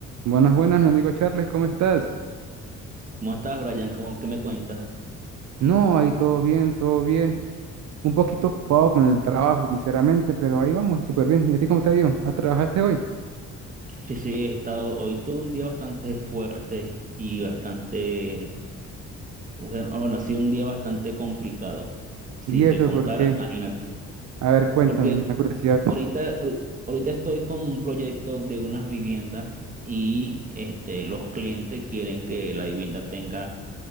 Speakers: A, on the right (about 65°); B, on the right (about 25°).
A: Buenas, buenas, mi amigo Charles, ¿cómo estás?
B: ¿Cómo estás, Brian? ¿Cómo, qué me cuentas?
A: No, ahí todo bien, todo bien. Un poquito ocupado con el trabajo, sinceramente, pero ahí vamos, súper bien. ¿Y a ti cómo te ha ido? ¿Ah, trabajaste hoy?
B: Sí, sí, he estado, hoy tuve un día bastante fuerte y bastante, bueno, no, bueno, ha sido un día bastante complicado. Si
A: ¿Y
B: te
A: eso
B: contara,
A: por qué?
B: imagínate.
A: A ver, cuéntame,
B: Porque
A: me da curiosidad.
B: ahorita, ahor- ahorita estoy con un proyecto de unas viviendas y este, los clientes quieren que la vivienda tenga